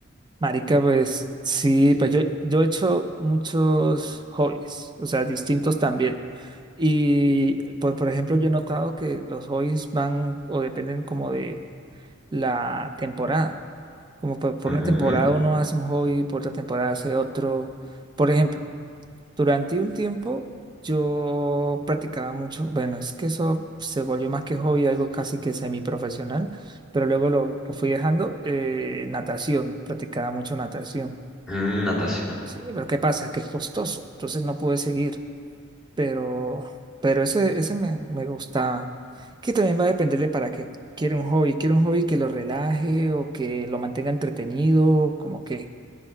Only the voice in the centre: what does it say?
Ujú,
mm, natación.